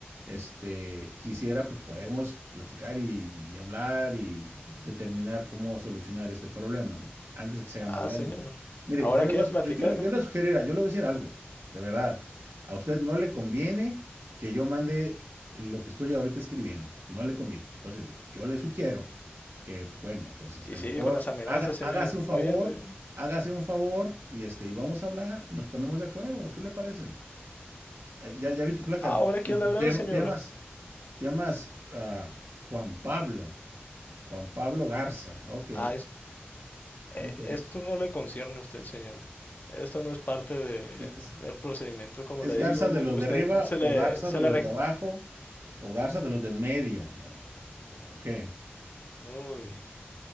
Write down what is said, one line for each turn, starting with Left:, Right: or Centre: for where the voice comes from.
Right: este, quisiera, pues podemos platicar y, y hablar y determinar cómo solucionar este problema, ¿no? Antes de que se haga
Left: Ah,
Right: más grande.
Left: señor.
Right: Mire,
Left: Ahora
Right: yo le
Left: quiere
Right: voy
Left: platicar.
Right: a, yo, yo le yo le sugeriría, yo le voy a decir algo, de verdad. A usted no le conviene que yo mande lo que estoy ahorita escribiendo, no le conviene. Entonces, yo le sugiero que bueno, pues este
Left: Y sigue
Right: mejor
Left: con las amenazas,
Right: haga,
Left: señor.
Right: hágase un favor,
Left: Muy bien, muy bien.
Right: hágase un favor y este y vamos a hablar y nos ponemos de acuerdo. ¿Qué le parece? Eh, ya ya vi tu placa.
Left: Ahora quiere
Right: Te, te
Left: hablar,
Right: llama-
Left: señor.
Right: te llamas te llamas ah, Juan Pablo, Juan Pablo Garza. Ok,
Left: Ah, "Eh,
Right: ok.
Left: Esto no le concierne a usted, señor. Esto no es parte de-
Right: ¿Es, es-
Left: del procedimiento, como
Right: es
Left: le
Right: Garza
Left: digo.
Right: de los
Left: Usted
Right: de arriba
Left: se
Right: o
Left: le,
Right: Garza
Left: se
Right: de
Left: le
Right: los
Left: rec-
Right: de abajo o Garza de los de en medio o, o qué?
Left: Uy,